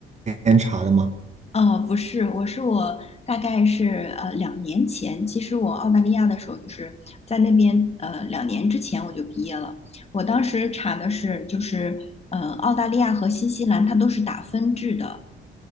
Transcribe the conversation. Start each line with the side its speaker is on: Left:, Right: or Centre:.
Right: 间查的吗？
Left: 哦，不是，我是我大概是呃两年前，其实我澳大利亚的时候就是在那边呃两年之前我就毕业了，我当时查的是就是呃澳大利亚和新西兰它都是打分制的。